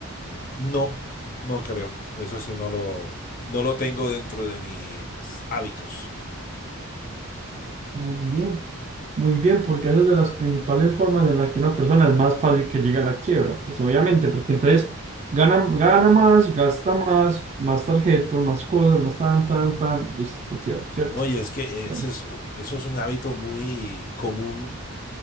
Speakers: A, on the left; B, on the right.
A: No, no creo. Eso sí no lo, no lo tengo dentro de mis hábitos.
B: Muy bien. Muy bien, porque esa es de las principales formas en la que una persona es más fácil que llegue a la quiebra. Pues obviamente, porque entonces gana, gana más, gasta más, más tarjetas, más cosas, más tan, tan, tan, listo, se quiebra, ¿cierto?
A: No, y es que
B: Bueno,
A: ese es, un- eso es un hábito muy común.